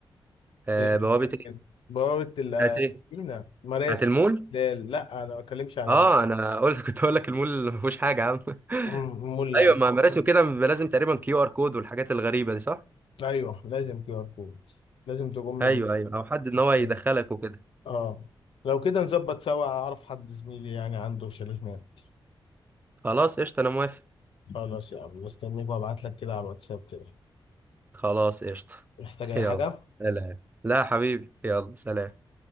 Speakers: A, on the right; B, on the left.
A: آه
B: إيه،
A: بوابه ايه
B: بوابة المدينة
A: بتاعت ايه
B: مراسي
A: بتاعت المول
B: لا لا، أنا ما بتكلمش على
A: اه انا قلت كنت اقول لك المول ما فيهوش حاجه يا عم
B: مم،
A: <laughs>
B: مول لا
A: ايوه مع مراسي وكده بيبقى لازم تقريبا كيو ار كود والحاجات الغريبه دي صح
B: أيوه لازم كيو آر كود لازم تقوم
A: ايوه ايوه او حد
B: الشركات
A: ان هو يدخلك وكده
B: اه لو كده نظبط سوا أعرف حد زميلي يعني عنده شاليه هناك
A: خلاص قشطه انا موافق
B: خلاص يا عم مستنيك وابعت لك كده على الواتساب كده
A: خلاص قشطه
B: محتاج اي
A: يلا
B: حاجة
A: سلام لا يا حبيبي يلا سلام